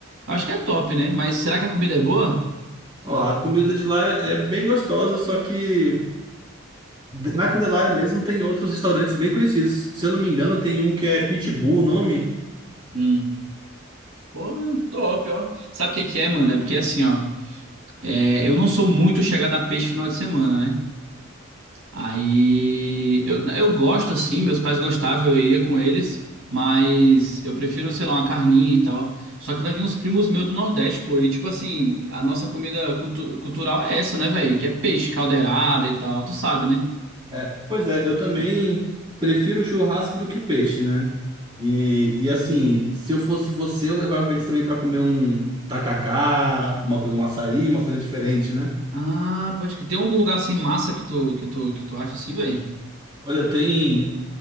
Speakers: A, on the right; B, on the right.
A: acho que é top, né? Mas será que a comida é boa?
B: Ó, a comida de lá é é bem gostosa, só que de- na Candelária mesmo tem outros restaurantes bem conhecidos. Se eu não me engano, tem um que é Pitbull, o nome.
A: Hum. Pô, top, ó. Sabe o que que é, mano? É porque assim, ó. é, eu não sou muito chegado a peixe final de semana, né? Aí eu, eu gosto assim, meus pais gostavam, eu ia com eles, mas eu prefiro, sei lá, uma carninha e tal. Só que vai vir uns primos meus do Nordeste, pô, e tipo assim, a nossa comida cultu- cultural é essa, né, velho? Que é peixe, caldeirada e tal, tu sabe, né?
B: É, pois é, eu também prefiro churrasco do que peixe, né? E, e assim, se eu fosse você, eu levava eles também para comer um tacacá, uma coisa, um açaí, uma coisa diferente, né?
A: Ah, pode que tem algum lugar assim massa que tu que tu que tu acha assim, velho?
B: Olha, tem,